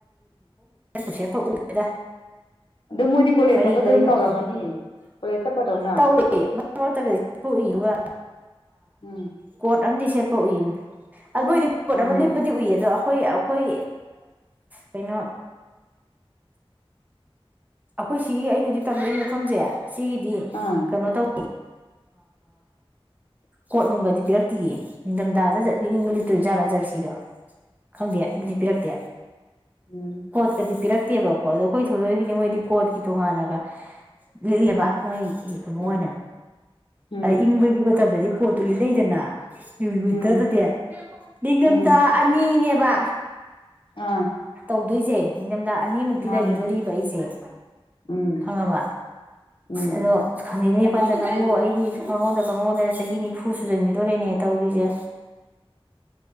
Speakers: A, on the right; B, on the left.
A: ꯁꯦꯠꯄ ꯁꯦꯠꯄ ꯎꯦ ꯑꯣꯗ
B: ꯑꯗꯨ ꯃꯣꯏꯗꯤ ꯀꯣꯂꯦꯖ
A: ꯀꯔꯤ
B: ꯆꯠꯄꯗ
A: ꯀꯔꯤꯅ
B: ꯑꯗꯨꯝ ꯇꯧꯔꯝꯃꯅꯤ ꯀꯣꯂꯦꯖ ꯆꯠꯄꯗꯧꯅ
A: ꯇꯧꯏ ꯃꯔ ꯃꯔꯣꯛꯏ ꯑꯗꯨꯒ
B: ꯎꯝ
A: ꯀꯠ ꯑꯗꯨꯝꯗꯤ ꯁꯦꯠꯄ ꯎꯏꯨ ꯑꯗꯨ ꯑꯣꯏꯗꯤ ꯄꯣꯠ
B: ꯎꯝ
A: ꯑꯃ ꯂꯤꯞꯄꯗꯤ ꯎꯏꯌꯦꯗꯣ ꯑꯩꯈꯣꯏ ꯑꯩꯈꯣꯏ ꯀꯩꯅꯣ ꯑꯩꯈꯣꯏ ꯁꯤꯒꯤ ꯑꯩꯅ ꯍꯧꯖꯤꯛ ꯇꯝꯖꯔꯤ ꯃꯐꯝꯁꯦ ꯑꯁꯤꯒꯤꯗꯤ
B: ꯑꯥ
A: ꯀꯩꯅꯣ ꯇꯧ ꯀꯣꯠꯅꯨꯡꯒꯗꯤ ꯄꯤꯔꯛꯇꯤꯌꯦ ꯅꯤꯡꯊꯝꯊꯥꯗꯠ ꯅꯤꯡ ꯂꯤꯇꯣ
B: ꯎꯝ
A: ꯖꯔꯖꯔꯁꯤꯔꯣ ꯈꯪꯗꯦ ꯑꯗꯨꯗꯤ ꯄꯤꯔꯛꯇꯦ
B: ꯎꯝ
A: ꯄꯣꯠꯀꯗꯤ ꯄꯤꯔ ꯅꯠꯇꯦꯕꯀꯣ ꯑꯗꯣ ꯑꯩꯈꯣꯏꯅꯣꯏꯒꯤꯅꯤ ꯃꯣꯏꯗꯤ ꯀꯣꯠꯒꯤꯇꯣꯡꯒꯅꯒ ꯂꯤꯠꯂꯦꯕ
B: ꯎꯝ
A: ꯃꯣꯏ ꯀꯩꯅꯣ
B: ꯎꯝ
A: ꯑꯣꯏꯅ
B: ꯎꯝ
A: ꯏꯪꯕꯒꯤ ꯃꯇꯝꯗꯗꯤ ꯀꯣꯠꯇꯨ ꯂꯤꯠꯅꯩꯗꯅ ꯋꯤꯟꯇꯔꯗꯗꯤ
B: ꯎꯝ
A: ꯅꯤꯡꯊꯝꯊꯥ
B: ꯎꯝ
A: ꯑꯅꯤꯅꯦꯕ
B: ꯑꯥ
A: ꯇꯧꯗꯣꯏꯁꯦ ꯆꯊꯝꯗ ꯑꯅꯤꯃꯨꯛꯇꯤ
B: ꯃꯥꯅꯦ
A: ꯂꯩꯈꯤꯗꯣꯔꯤꯕ ꯑꯩꯁꯦ
B: ꯎꯝ
A: ꯈꯪꯉꯕ
B: ꯎꯝ
A: ꯑꯗꯣ ꯈꯪꯉꯤꯅꯦ ꯐꯟꯗ ꯅꯪꯉꯛꯣ ꯑꯩꯗꯤ ꯁꯨꯝ ꯈꯪꯍꯧꯗ ꯈꯪꯍꯧꯗ ꯆꯍꯤ ꯅꯤꯐꯨ ꯁꯨꯖꯟꯈꯤꯗꯣꯔꯦꯅꯦ ꯇꯧꯔꯤꯁꯦ